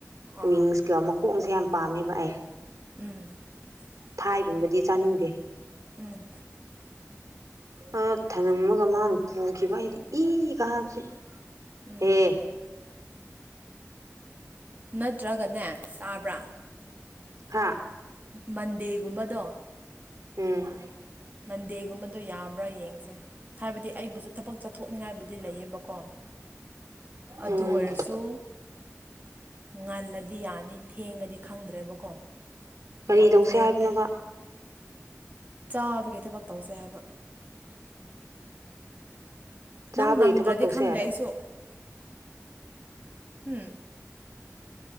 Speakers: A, on the right; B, on the right.
A: ꯑꯣ
B: ꯋꯤꯡꯁꯀ ꯃꯈꯣꯡꯁꯦ ꯌꯥꯝ ꯄꯥꯝꯃꯦꯕ ꯑꯩ
A: <unintelligible>
B: ꯐꯥꯏꯒꯨꯝꯕꯗꯤ ꯆꯥꯅꯤꯡꯗꯦ
A: ꯎꯝ
B: ꯑꯃꯈꯛ ꯊꯅꯝꯃꯒ ꯃꯥꯅ ꯄꯨꯈꯤꯕ ꯑꯩꯅ ꯏ ꯀꯕꯁꯦ
A: ꯎꯝ
B: ꯍꯦ
A: ꯅꯠꯇ꯭ꯔꯒꯅꯦ ꯇꯥꯕ꯭ꯔꯥ
B: ꯍꯥꯥ
A: ꯃꯟꯗꯦꯒꯨꯝꯕꯗꯣ
B: ꯎꯝ
A: ꯃꯟꯗꯦꯒꯨꯝꯕꯗꯣ ꯌꯥꯕ꯭ꯔꯥ ꯌꯦꯡꯁꯦ ꯍꯥꯏꯕꯗꯤ ꯑꯩꯕꯨꯁꯨ ꯊꯕꯛ ꯆꯠꯊꯣꯛꯅꯤꯡꯉꯥꯏꯕꯨꯗꯤ ꯂꯩꯌꯦ ꯕꯀꯣ ꯑꯗꯨ
B: ꯎꯝ
A: ꯑꯣꯏꯔꯁꯨ ꯉꯜꯂꯗꯤ ꯌꯥꯅꯤ ꯊꯦꯡꯉꯗꯤ ꯈꯪꯗ꯭ꯔꯦꯕꯀꯣ
B: ꯀꯔꯤ
A: ꯑꯃꯨꯛ
B: ꯇꯧꯁꯦ
A: ꯍꯥꯏꯔꯛꯀꯦ
B: ꯍꯥꯏꯕꯅꯣꯅꯕ
A: ꯆꯥꯕꯒꯤ ꯊꯕꯛ ꯇꯧꯁꯦ ꯍꯥꯏꯕ
B: ꯆꯥꯕꯒꯤ
A: ꯅꯪ ꯅꯪꯗ꯭ꯔꯗꯤ
B: ꯊꯕꯛ ꯇꯧꯁꯦ
A: ꯈꯪꯗꯦ ꯑꯩꯁꯨ ꯎꯝ